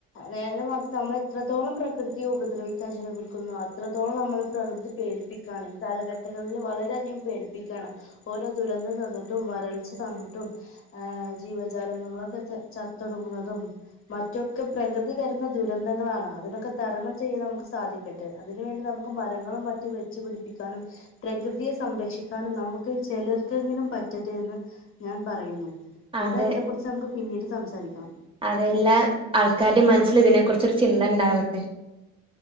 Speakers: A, on the left (about 45°); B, on the right (about 20°).
A: നേരെ മറിച്ച് നമ്മൾ എത്രത്തോളം പ്രകൃതിയെ ഉപദ്രവിക്കാൻ ശ്രമിക്കുന്നു അത്രത്തോളം നമ്മളെ പ്രകൃതി പേടിപ്പി ക്കാണ് കാലഘട്ടങ്ങളിൽ വളരെ അധികം പേടിപ്പിക്കാണ് ഓരോ ദുരന്തം തന്നിട്ടും വ രൾച്ച തന്നിട്ടും ഏഹ് ജീവ ജാലങ്ങളൊക്കെ ചത്തൊടുങ്ങുന്നതും മറ്റൊക്കെ പ്രകൃതി തരുന്ന ദുരന്തങ്ങളാണ് അതിനൊക്കെ തരണം ചെയ്യാൻ നമുക്ക് സാധി തരട്ടെ അതിന് വേണ്ടി നമുക്ക് മരങ്ങളും മറ്റും വെച്ച് പിടിപ്പിക്കാനും പ്രകൃതിയെ സംരക്ഷിക്കാനും നമുക്ക് ചിലർക്കെങ്കിലും പറ്റ ട്ടെ എന്ന് ഞാൻ പറയുന്നു
B: അതെ
A: എന്നാ ഇതിനെ കുറിച്ച് നമുക്ക് പിന്നീട് സംസാരിക്കാം
B: അതെല്ലാം ആൾക്കാരുടെ മനസ്സില് ഇതിനെ കുറിച്ചൊരു ചിന്ത ഉണ്ടാവട്ടെ